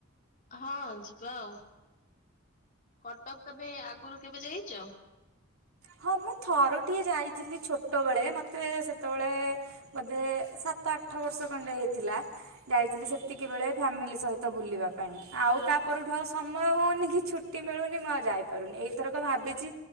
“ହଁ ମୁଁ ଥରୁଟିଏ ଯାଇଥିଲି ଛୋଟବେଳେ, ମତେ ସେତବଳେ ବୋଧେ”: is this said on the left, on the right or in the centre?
Right